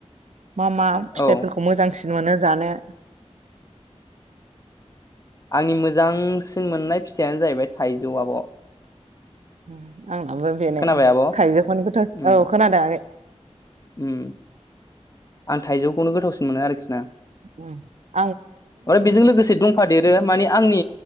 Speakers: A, on the right (about 75°); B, on the left (about 30°).
A: मा मा फिथाइफोरखौ
B: औ
A: मोजांसिन मोनो जानो?
B: आंनि मोजांसिन मोननाय फिथाइयानो जाहैबाय थाइजौ आब'।
A: उम आंनाबो बेनो
B: खोनाबाय आब'
A: थाइजौखौनो गोथाव
B: उम
A: औ खोनादों आगै
B: उम आं थाइजौखौनो गोथावसिन मोनो आरोखि ना।
A: उम
B: ओमफाय बेजों लोगोसे दंफादेरो माने आंनि